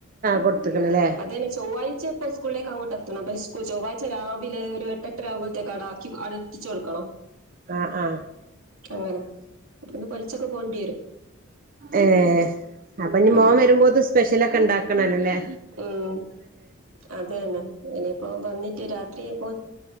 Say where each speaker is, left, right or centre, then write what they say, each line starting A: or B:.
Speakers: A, on the right (about 40°); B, on the right (about 85°).
A: കൊടുത്ത്ക്ക്ണല്ലേ.
B: അത് തന്നെ ചൊവ്വാഴ്ച ഇപ്പ സ്കൂളിലേക്ക് അങ്ങോട്ടെത്തണം അ ചൊവ്വാഴ്ച രാവിലെ ഒരു എട്ടര ത കാടാക്കി അ എത്തിച്ച് ക്കണം.
A: ആ ആ
B: അപ പിന്നെ പൊല്ച്ച കൊണ്ട്യേരും അങ്ങനെ അ പൊലിച്ചൊക്കെ പോണ്ടിവരും
A: ഏഹ് അപ്പൊ ഇനി
B: ആ
A: മോൻ വരുമ്പോത് സ്പെഷ്യലൊക്കെ ഇണ്ടാക്കണല്ലല്ലേ
B: ഉം അത് തന്നെ. ഇനിയിപ്പോ വന്നിട്ട് രാത്രി പോ